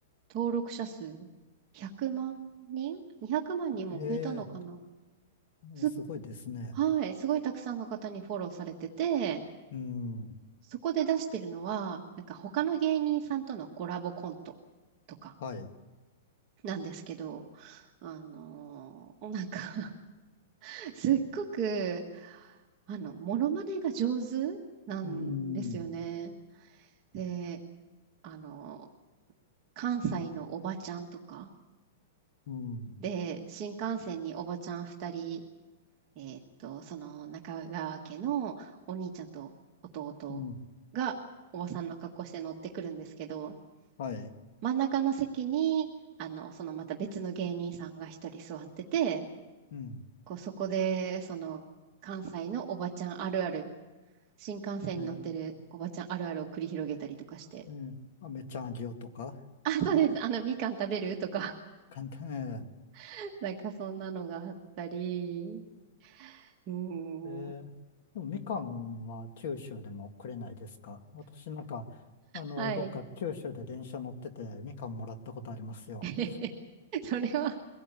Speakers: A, on the right (about 30°); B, on the left (about 50°).
A: 登録者数100万人 ?200 万人も超えたのかな
B: ええうんすごいですね。
A: す、はい、すごいたくさんの方にフォローされてて、
B: うん。
A: そこで出してるのは、なんか他の芸人さんとのコラボコントとか
B: はい。
A: なんですけど、あのなんか <laughs> すっごく、あの、モノマネが上手なんですよね。
B: うん。
A: で、あの、関西のおばちゃんとか、
B: うん。
A: で、新幹線におばちゃん2人、えーっと、その中川家のお兄ちゃんと弟がおばさんの格好して乗ってくるんですけど、
B: うん。はい。
A: 真ん中の席に、あの、そのまた別の芸人さんが1人座ってて、
B: うん。
A: こう、そこで、その関西のおばちゃんあるある新幹線に乗ってるおばちゃんあるあるを繰り広げたりとかして。
B: ええええあめちゃんあげようとか、
A: <laughs> あ、そうです。あの、みかん食べるとか。
B: 簡単、ええ
A: <laughs> なんかそんなのがあったり。うーん。
B: えー、でもみかんは九州でもくれないですか私なんか、あの、
A: はい。
B: どっか九州で電車乗っててみかんもらったことありますよ。
A: <laughs> それは